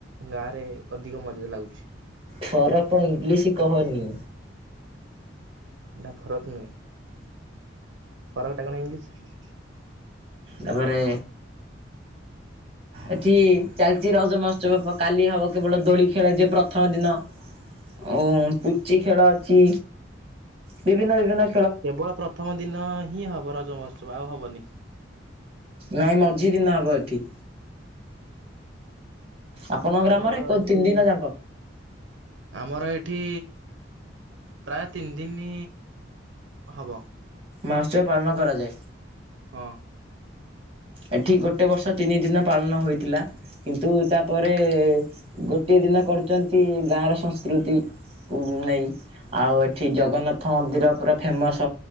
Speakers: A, on the right; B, on the right.
A: ଗାଁରେ ଅଧିକ ମଜା ଲାଗୁଚି।
B: ଫରକ୍ ଇଂଲିଶି କହନି।
A: ଏଟା ଫରକ୍ ନୁହେଁ ଫରକ୍ ଟା କଣ ଇଂଲିଶି।
B: ତାପରେ ଏଠି ଚାଲିଚି ରଜ ମହୋତ୍ସବ କାଲି ହବ କେବଳ ଦୋଳି ଖେଳା ଯିବ ପ୍ରଥମ ଦିନ। ଓ ପୁଚି ଖେଳ ଅଛି ବିଭିନ୍ନ-ବିଭିନ୍ନ।
A: କେବଳ ପ୍ରଥମ ଦିନ ହିଁ ହବ ରଜ ମହୋତ୍ସବ ଆଉ ହବନି।
B: ନାଇଁ ମଝି ଦିନ ହବ ଏଠି। ଆପଣଙ୍କ
A: ଆମର
B: ଗ୍ରାମରେ ଏକ
A: ଏଠି
B: ତିନି ଦିନ ଯାକ।
A: ଆମର ଏଇଠି ପ୍ରାୟ ତିନି ଦିନ ହବ।
B: ମାସେ ପାଳନ କରାଯାଏ।
A: ହଁ।
B: ଏଠି ଗୋଟେ ବର୍ଷ ତିନି ଦିନ ପାଳନ ହୋଇଥିଲା। କିନ୍ତୁ ତାପରେ ଗୋଟିଏ ଦିନ କରୁଚନ୍ତି ଗାଁର ସଂସ୍କୃତି। କୁ ନେଇ ଆଉ ଏଠି ଜଗନ୍ନାଥ ମନ୍ଦିର ପୁରା ଫେମସ୍।